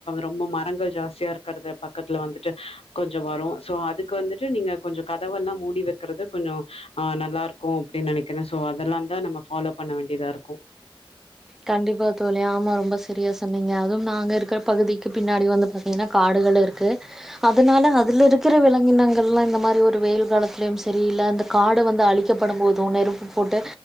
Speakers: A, on the left (about 80°); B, in the centre.
A: ரொம்ப மரங்கள் ஜாஸ்தியா இருக்கறத பக்கத்துல வந்துட்டு கொஞ்சோம் வரும் சோ அதுக்கு வந்துட்டு நீங்க கொஞ்சம் கதவெல்லாம் மூடி வக்கறது கொஞ்சோம் ஆ நல்லா இருக்கும் அப்டின்னு நெனைக்க என்ன சோ அதெல்லாம் தான் நம்ம ஃபாலோ பண்ண வேண்டியதா இருக்கும்
B: கண்டிப்பா தோழி ஆமா ரொம்ப சரியா சொன்னீங்க அதுவும் நாங்க இருக்கிற பகுதிக்கு பின்னாடி வந்து பாத்தீங்கன்னா காடுகள் இருக்கு அதனால அதுல இருக்க இருக்கிற விலங்கினங்கள்லாம் இந்த மாரி ஒரு வெயில் காலத்துலயும் செரி இல்ல இந்த காடு வந்து அழிக்கப்படும் போதும் நெருப்பு போட்டு